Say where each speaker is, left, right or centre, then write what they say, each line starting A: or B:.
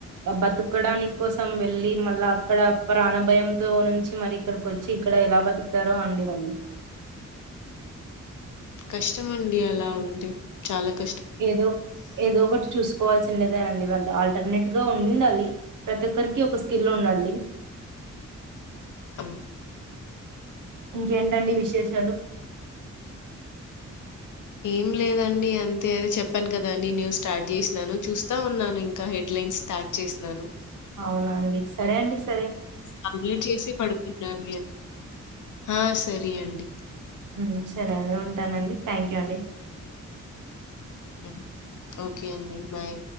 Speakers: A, on the right; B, on the left.
A: బతుకడానికి కోసం వెళ్ళి మళ్ళా అక్కడ ప్రాణభయంతో నుంచి మరి ఇక్కడికి వచ్చి ఇక్కడ ఎలా బతుకుతారో అండి వాళ్ళు
B: కష్టం అండి అలా ఉంటే చాలాక్
A: ఏదో ఏదో ఒకటి చూస్ కోవాల్సిండేదే అండి వాళ్ళ ఆల్టర్నేట్ గా ఉండాలి ప్రతి ఒక్కరికి కి ఒక స్కిల్ ఉండాలడి
B: అమ్
A: ఇంకేంటండి విశేషాలు
B: ఏం లేదండి అంతే అదే చెప్పాను కదాండి న్యూ స్టార్ట్ చేసినాను చూస్తా ఉన్నాను ఇంకా హెడ్లైన్స్ స్టార్ట్ చేసినాను
A: అవునా అండి సరే అండిస్
B: కంప్లీట్ చేసి పడుకున్నామ్ లే హ సరే రి అండి
A: ఉ సరే అండి ఉంటానండి థ్యాంక్ యూ అండి
B: ఉ ఓకే అండి బాయ్